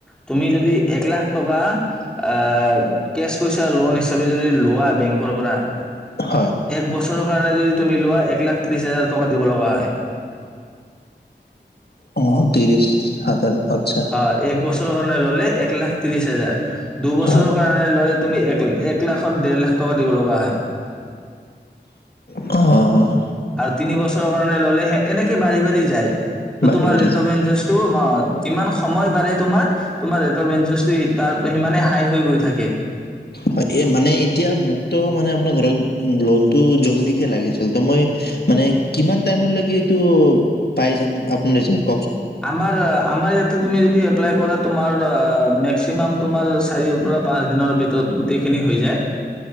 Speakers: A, in the centre; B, on the left.
A: তুমি যদি এক লাখ টকা আ কেছ পইচা লোন হিচাপে যদি লোৱা বেংক কৰ পৰা,
B: হয়।
A: এক বছৰৰ কাৰণে যদি তুমি লোৱা এক লাখ ত্ৰিছ হাজাৰ টকা দিব লগা হয়।
B: অ', তিৰিছ হাজাৰ। আচ্ছা
A: অ', এক বছ ৰ কাৰণে ল'লে এক লাখ ত্ৰিশ হাজাৰ দুবছৰৰ
B: হয়,
A: কাৰণে ল'লে তুমি এক ল, এক লাখত দেৰ লাখ টকা দিব লগা হয়।
B: অ', অ'।
A: আৰু তিনি বছৰৰ কাৰণে ল'লে সে, এনেকে বাঢ়ি বাঢ়ি যায়।
B: বাঢ়ি
A: তোমাৰ
B: বাঢ়ি
A: ৰেট
B: যায়।
A: অফ ইন্টাৰেষ্টটো অ' যিমান সময় বাঢ়ে তোমাৰ তোমাৰ <unintelligible> সিমানে হাই হৈ গৈ থাকে।
B: হয়, এ, মানে এতিয়া মুক্ত মানে আপোনাৰ ধৰক লোনটো জল্দিকে লাগিছিল তো মই মানে কিমান টাইমৰলৈকে এইটো পাই যাম আপুনি <unintelligible>
A: আমাৰ, আমাৰ ইয়াতে তুমি যদি এপ্ললাই কৰা, তুম <unintelligible> মেক্সিমাম তোমাৰ চাৰিৰ পৰা পাঁচ দিনৰ ভিতৰত গোটেইখিনি হৈ যায়।